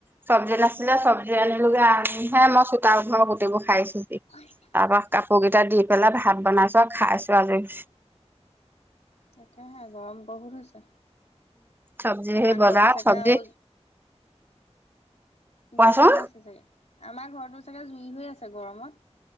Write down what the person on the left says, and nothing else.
হয়। <unintelligible>
তাকেহে গৰম বহুত হৈছে
আমাৰ
ঘৰটো চাগে
আৰু
জুই হৈ আছে চাগে আমাৰ ঘৰতো চাগে জুই হৈ আছে গৰমত